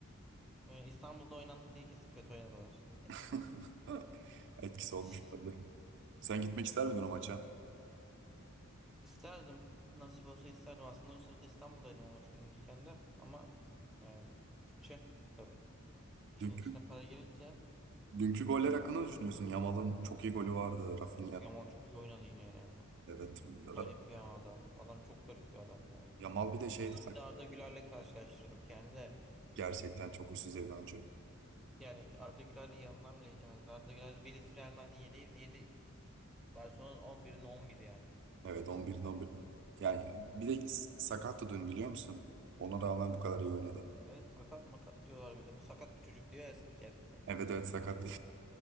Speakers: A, in the centre; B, on the right (about 60°).
A: Ee, İstanbul'da oynandı diye kesin kötü oynadılar.
B: <laughs> Etkisi olmuş
A: Şş,
B: olabilir. Sen gitmek ister miydin o maça?
A: İsterdim. Nasip olsa isterdim. Aslında o sırada İstanbul'daydım o maç oynanırken de. Ama yani bütçe tabii. İşin
B: Dünkü
A: içine para girince.
B: Dünkü goller hakkında ne düşünüyorsun? Yamal'ın çok iyi golü vardı. Rafinha.
A: Of Yaman çok iyi oynadı yine ya.
B: Evet.
A: Garip
B: Ra-
A: ya adam. Adam çok garip bir adam ya.
B: Yamal bir de şeydi sak-
A: Bir de Arda Güler'le karşılaştırdık yani de.
B: gerçekten çok üst düzey bir oyuncu.
A: Yani Arda Güler yanından bile geçemez. Arda Güler birisi Real Madrid'in yedeği, diğeri Barcelona'nın 11'inin 11 yani.
B: Evet 11'in 11. Yani bir de s- sakattı dün biliyor musun? Ona rağmen bu kadar iyi oynadı.
A: Evet sakat makat diyorlar bir de. Bu sakat bir çocuk diyor ya spiker.
B: Evet evet sakattı.